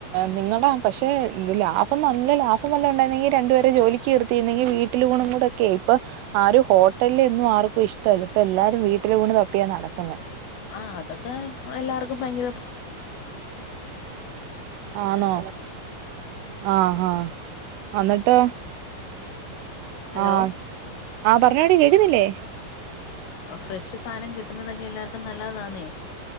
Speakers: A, on the right; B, on the left.
A: നിങ്ങളടാ പക്ഷെ ലാഭം നല്ല ലാഭം. അപോവല്ലം ഉണ്ടെങ്കി രുണ്ടു പേരെക്ക ജോലിക്ക് നിർത്തിയെങ്കിൽ വീട്ടിൽ ഊണും കൂടെക്കെ ആയി ഇപ്പൊ ആരും ഹോട്ടലിന്നും ആർക്കും ഇഷ്ടമല്ല. ഇപ്പ എല്ലാരും വീട്ടില് ഊണ് തപ്പിയാ നടക്കുന്ന.
B: ആഹ് അതൊക്കെ എല്ലാർക്കും ഭയങ്കര.
A: ആണോ ആഹ് ആഹ്. അന്നിട്ട്
B: ഹലോ
A: ആഹ് ആ പറഞ്ഞോടി കേൾക്കുന്നില്ലേ.
B: ഫ്രഷ് സാധനം കിട്ടുന്നതൊക്കെ എല്ലാവർക്കും നല്ലതാന്നേ.